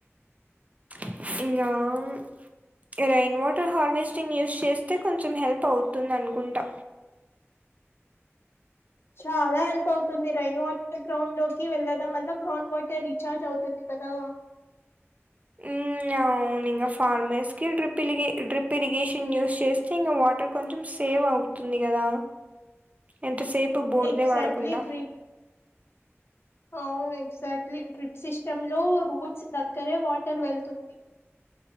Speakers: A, on the right; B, on the left.
A: <unintelligible> రైయిన్ వాటర్ హార్వెస్టింగ్ యూస్ చేస్తే కొంచెం హెల్ప్ అవుతుంది అనుకుంటా.
B: చాలా హెల్ప్ అవుతుంది రెయిన్ వాటర్ గ్రౌండ్ లోకి వెళ్ళడం వల్ల గ్రౌండ్ వాటర్ రీచార్జ్ అవుతుంది కదా
A: మ్ య అవున్ ఇంకా ఫార్మర్స్కి డ్రిప్ ఇరిగే డ్రిప్ ఇరిగేషన్ యూస్, చేస్తే ఇంకా వాటర్ కొంచెం సేవ్ అవు తుంది కదా ఎంతసేపు బోర్దే
B: ఎగ్జాక్ట్లీ
A: వాడకుండా
B: డ్రిప్ అవును ఎగ్జాక్ట్లీ డ్రిప్ సిస్టమ్ లో రూట్స్ దగ్గరే వాటర్ వెళ్తుంది